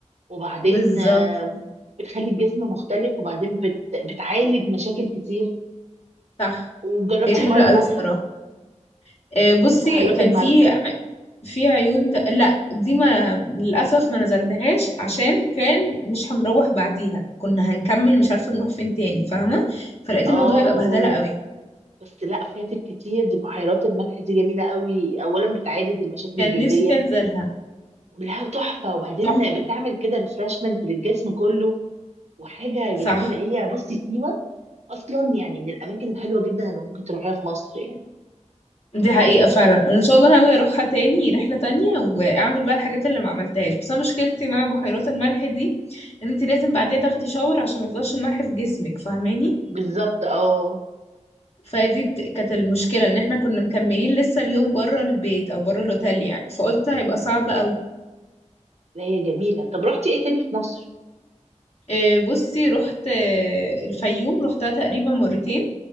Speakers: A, on the right; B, on the left.
A: وبعدين
B: بالظبط
A: آم، بتخلي الجسم مختلف وبعدين بت... بتعالج مشاكل كتير
B: صح
A: وجربتي
B: هي حلوة
A: المية المالحة
B: قوي الصراحة آه، بصي
A: بحيرات
B: كان
A: الملح
B: في ع- في عيون ت... لا دي ما للأسف ما نزلتهاش عشان كان مش هنروح بعديها كنا هنكمل مش عارفة نروح فين تاني فاهمة فلقيت
A: اه
B: الموضوع هيبقى بهدلة قوي
A: بس لا فاتك كتير دي بحيرات الملح دي جميلة قوي أولا بتعالج المشاكل
B: كان
A: الجلدية
B: نفسي انزلها
A: لا تحفة وبعدين
B: تحفة
A: بتعمل كده ريفرشمنت للجسم كله وحاجه جميله
B: صح
A: هي بصي سيوه اصلا يعني من الاماكن الحلوه جدا اللي ممكن تروحيها في مصر يعني
B: دي حقيقة فعلا أنا إن شاء الله ناوية أروحها تاني رحلة تانية وأعمل بقى الحاجات اللي ما عملتهاش بس أنا مشكلتي مع بحيرات الملح دي إن أنت لازم بعديها تاخدي شاور عشان ما يفضلش الملح في جسمك فاهماني
A: بالظبط اه
B: فدي ت- كانت المشكلة ان احنا كنا مكملين لسه اليوم بره البيت او بره الاوتيل يعني فقلت هيبقى صعب قوي
A: لا هي جميله طب رحتي ايه تاني في مصر
B: إيه، بصي رحت آه، الفيوم رحتها تقريبا مرتين